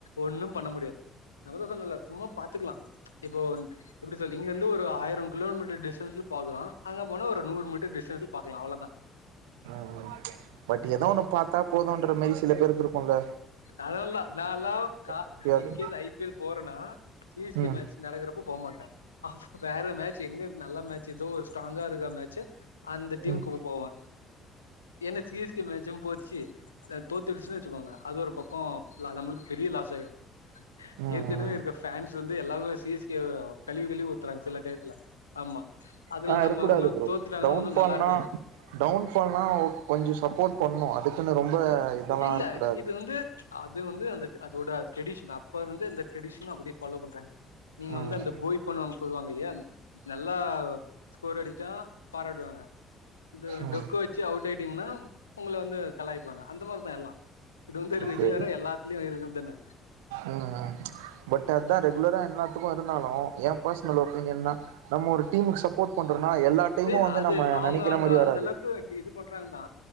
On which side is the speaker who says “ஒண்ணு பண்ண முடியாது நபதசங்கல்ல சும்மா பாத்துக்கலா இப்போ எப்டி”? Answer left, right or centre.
Left